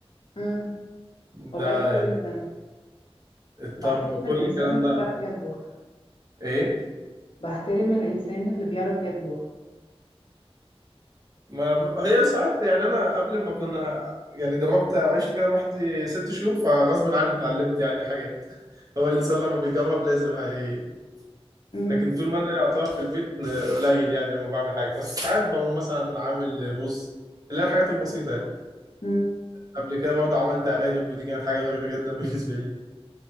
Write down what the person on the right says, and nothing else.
ده
يعني
الطرب
كل
الكلام
ده
إيه
ما ب- هي ساعات يعني أنا قبل ما كنا يعني جربت عشت كده لوحدي ست شهور فغصب عني اتعلمت يعني حاجات هو الإنسان لما بيجرب لازم هي
لكن طول ما أنا يعتبر في البيت قليل يعني لما بعمل حاجة بس ساعات بقوم مثلا عامل رز اللي هي الحاجات البسيطة يعني.
قبل كده برضه عملت أرانب ودي كانت حاجة غريبة جدا <laughs> بالنسبة لي